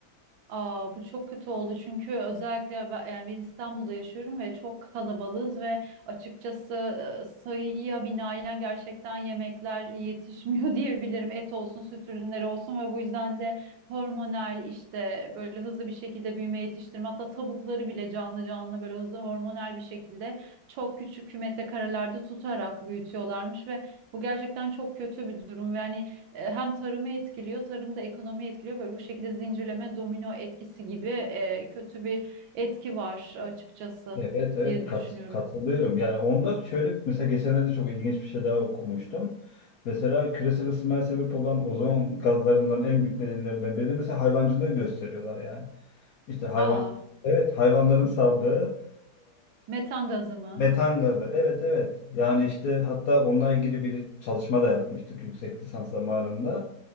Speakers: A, on the right; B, on the left.
A: Aa, bu çok kötü oldu çünkü özellikle ben, yani ben İstanbul'da yaşıyorum ve çok kalabalığız ve açıkçası e, sayıya binaen gerçekten yemekler yetişmiyor <laughs> diyebilirim. Et olsun, süt ürünleri olsun ve bu yüzden de hormonal işte böyle hızlı bir şekilde büyüme yetiştirme hatta tavukları bile canlı canlı böyle hızlı hormonal bir şekilde çok küçük kümete karelerde tutarak büyütüyorlarmış ve bu gerçekten çok kötü bir durum. Yani e, hem tarımı etkiliyor, tarım da ekonomiyi etkiliyor. Böyle bu şekilde zincirleme domino etkisi gibi e, kötü bir etki var açıkçası
B: Evet evet
A: diye
B: kat,
A: düşünüyorum.
B: katılıyorum. Yani onda şöyle mesela geçenlerde çok ilginç bir şey daha okumuştum. Mesela küresel ısınmaya sebep olan ozon gazlarından en büyük nedenlerinden biri de mesela hayvancılığı gösteriyorlar yani. İşte hayvan
A: Aa,
B: evet hayvanların saldığı
A: metan gazı mı?
B: Metan gazı. Evet evet. Yani işte hatta onunla ilgili bir çalışma da yapmıştık yüksek lisans zamanında.